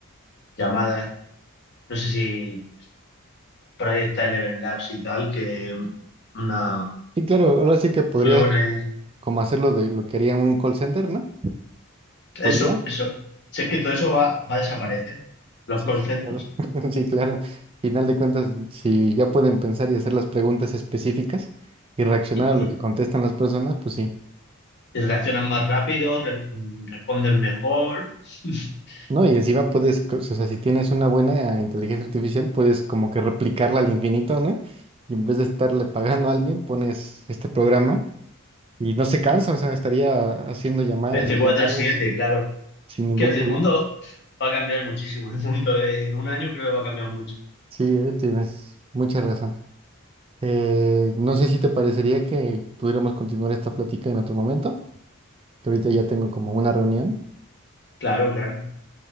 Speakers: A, on the left; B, on the right.
A: Llamadas, no sé si por ahí está Eleven Labs y tal, que mm, una,
B: Y claro, ahora sí que podrías
A: clones.
B: como hacerlo de lo que haría en un call center, ¿no? ¿Por
A: Eso,
B: IA?
A: eso. Si es que todo eso va, va a desaparecer. Los
B: Sí,
A: call
B: sí,
A: centers.
B: claro. <laughs> Sí, claro. Final de cuentas, si ya pueden pensar y hacer las preguntas específicas y reaccionar
A: Y,
B: a
A: y-
B: lo que contestan las personas, pues sí.
A: y reaccionan más rápido, re- responden mejor. <laughs>
B: No, y encima puedes, co- o sea, si tienes una buena inteligencia artificial, puedes como que replicarla al infinito, ¿no? Y en vez de estarle pagando a alguien, pones este programa y no se cansa, o sea, estaría haciendo llamadas
A: veinticuatro
B: y llamadas
A: siete claro.
B: sin ningún
A: Que el
B: problema.
A: mundo va a cambiar muchísimo. El mundo de- en un año creo que va a cambiar mucho.
B: Sí, eh, tienes mucha razón. Eh, no sé si te parecería que pudiéramos continuar esta plática en otro momento, que ahorita ya tengo como una reunión.
A: Claro, claro.